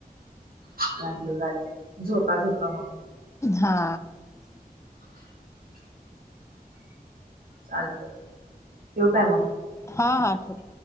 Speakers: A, on the right; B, on the left.
A: चालतयं चालतयं झोपा झोपा मग.
B: हा.
A: चालतयं ठेवू काय मग?
B: हा हा, ठेव.